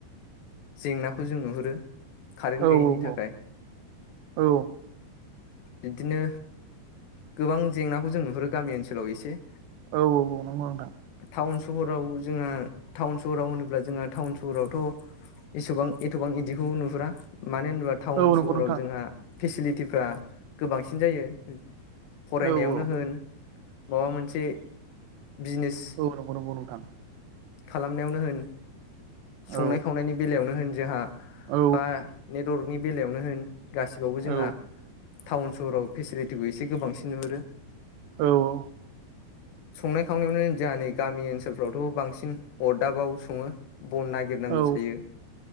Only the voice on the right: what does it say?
औ
औ औ
औ औ औ नंगौ नोंथां।
औ नंगौ
नोंथां
औ औ
औ नंगौ नंगौ नोंथां।
औ
औ
औ
औ औ
औ